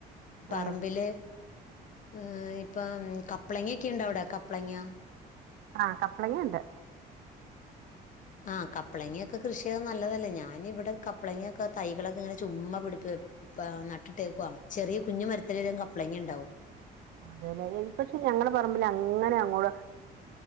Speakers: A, on the left (about 50°); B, on the right (about 75°).
A: പറമ്പില്
B: ആഹ്
A: മ്ഹ് ഇപ്പ കപ്ളങ്ങൊക്കെ ണ്ടവിടെ കപ്ളങ്ങ
B: ആ കപ്ലങ്ങ ണ്ട്
A: ആ കപ്പളങ്ങൊക്കെ കൃഷ്യെയ്താ നല്ലതല്ലേ ഞാനിവിടെ കപ്പളങ്യോക്കെ തൈകളൊക്കെ ങ്ങനെ ചുമ്മാ പിടിപ്പ് നട്ടിട്ടേക്കുവാ ചെറിയ കുഞ്ഞു മരത്തിലെല്ലാം കപ്പളങ്ങ ണ്ടാവും.
B: അതെലെ എൽ പക്ഷെ ഞങ്ങളെ പറമ്പിലങ്ങനെ അങ്ങോട്